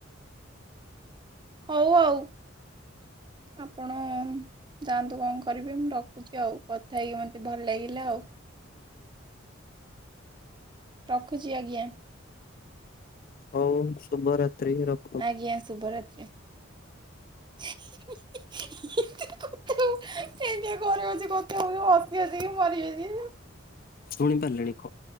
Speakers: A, on the right; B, on the left.
A: ହଉ ଆଉ ଆପଣ। ଜାଆନ୍ତୁ କଣ କରିବେ ମୁଁ ରଖୁଛି ଆଉ କଥା ହେଇକି ମତେ ଭଲ ଲାଗିଲା ଆଉ। ରଖୁଚି ଆଜ୍ଞା।
B: ହଉ ଶୁଭରାତ୍ରି ର
A: ଆଜ୍ଞା ଶୁଭରାତ୍ରି। ହୁଁ, କେମିତିଆ ଘରେ ବସି କଥା ହଉଚୁ ହସି ହସି କି ମରିଯିବି ଲୋ।
B: ଶୁଣି ପାରିଲେଣି କ